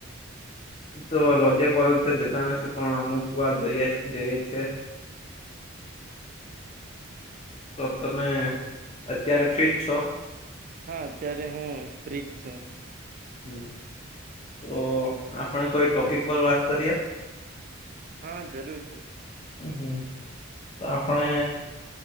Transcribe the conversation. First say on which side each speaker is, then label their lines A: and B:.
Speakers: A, on the left (about 30°); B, on the right (about 40°).
A: તો રોજે કોલેજ તો જતા નથી પણ અમુક વાર જઈ જઈએી. તો તમે અત્યારે ફ્ર્રીજ છો
B: હા અત્યારે હું ફ્રીજ છું.
A: હમ તો આપણે કોઈ ટોપિક પર વાત કરીએ
B: હા જરૂર છે.
A: હ હમ તો આપણે